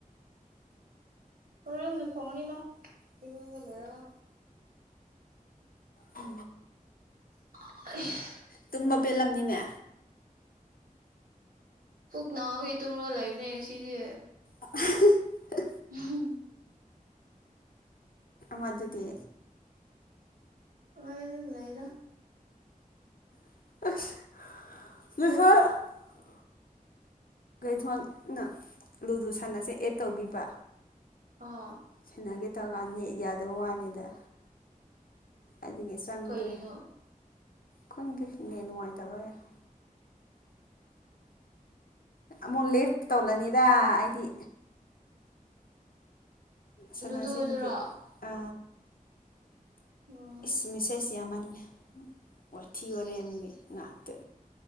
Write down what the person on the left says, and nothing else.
ꯑ
ꯇꯨꯝꯕ ꯄꯦꯜꯂꯝꯅꯤꯅꯦ
<unintelligible>
ꯃꯗꯨꯗꯤ
ꯍꯣꯏ ꯊꯣꯟꯅ ꯂꯨꯗꯨ ꯁꯟꯅꯁꯦ ꯑꯦꯠ ꯇꯧꯕꯕ
ꯁꯤꯟꯅꯒꯦ ꯇꯧꯔ ꯀꯥꯟꯗ ꯅꯦꯦꯛ ꯌꯥꯗꯕ ꯋꯥꯅꯤꯗ ꯑꯗꯨꯒꯤ ꯆꯪꯗ꯭ꯔꯦ
ꯈꯥꯪ ꯗꯦ ꯅꯦꯠ ꯅꯨꯉꯥꯏ ꯇꯕꯥ ꯒꯤꯔꯥ ꯑꯃꯨꯛ ꯂꯦꯐ ꯇꯧꯜꯂꯅꯤꯗ ꯑꯩꯗꯤ ꯁꯅꯥꯁꯤ
ꯅꯨꯗꯤ ꯑ
ꯏꯁ ꯃꯤꯁꯦ ꯁꯤ ꯌꯥꯝ ꯃꯜ ꯂꯦ ꯋꯥꯊꯤ ꯋꯥꯔꯦꯝꯒꯤ ꯉꯥꯛꯇ